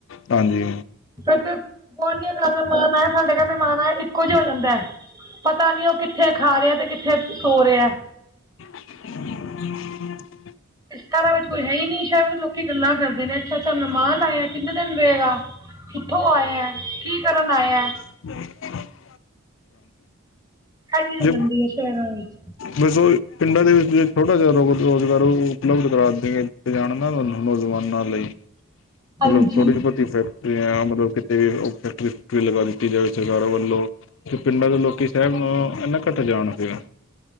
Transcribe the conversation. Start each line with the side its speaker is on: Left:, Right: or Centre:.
Left: ਹਾਂਜੀ।
Right: ਫ ਗੁਆਂਢੀਆਂ ਘਰ ਮਹਿਮਾਣ ਆਆ। ਸਾਡੇ ਘਰ ਮਹਿਮਾਣ ਆਆ, ਇੱਕੋ ਜਿ ਹੋ ਜਾਂਦਾ ਹੈ। ਪਤਾ ਨੀ, ਉਹ ਕਿੱਥੇ ਖਾ ਰਿਹਾ, ਤੇ ਕਿੱਥੇ ਸੋ ਰਿਹਾ।
Left: <unintelligible>
Right: ਸ਼ਹਿਰਾਂ ਵਿੱਚ, ਕੋਈ ਹੈ, ਹੀ ਨੀ। ਸ਼ਾਇਰ ਲੋਕੀ ਗੱਲਾਂ ਕਰਦੇ ਨੇ, ਅੱਛਾ, - ਅੱਛਾ ਮਹਿਮਾਨ ਆਇਆ, ਕਿੰਨੇ ਦਿਨ ਰਹੇਗਾ? ਕਿੱਥੋਂ ਆਇਆ? ਕੀ ਕਰਨ ਆਇਆ?
Left: <unintelligible>
Right: ਇਹ ਚੀਜ਼ ਹੋ
Left: ਜ
Right: ਜਾਂਦੀ ਹੈ ਸ਼ਹਿਰਾਂ ਵਿੱਚ
Left: ਬੱਸੋਂ <unintelligible> ੳ ਹੀ ਪਿੰਡਾਂ ਦੇ ਵਿੱਚ, ਥੋੜਾ ਜਿਹਾ ਰ ਰੋਜ਼ਗਾਰ, ਉਪਲਬਧ ਕਰਾ, ਦੇਥੇ। ਮੈਂ ਜਾਣਦਾ ਨਾ ਨੌਜਵਾਨਾਂ ਲਈ।
Right: ਹਾਂਜੀ
Left: ਮਤਲਬ ਤੁੋੜੀ- ਬੋਤੀ ਫੇ- ਕਮਰਿਆਂ, ਮਤਲਬ ਕਿਤੇ ਵੀ, ਫੈਕਟਰੀ- ਫੁਕਟਰੀ ਲਗਾ, ਦਿੱਤੀ ਜਾਵੇ ਸਰਕਾਰਾਂ ਵੱਲੋਂ। ਤੇ ਪਿੰਡਾਂ ਦੇ ਲੋਕੀ, ਸਾਹਿਬ ਨੂੰ, ਇਨਾਂ ਘੱਟ ਜਾਣ ਦੇਆਂ।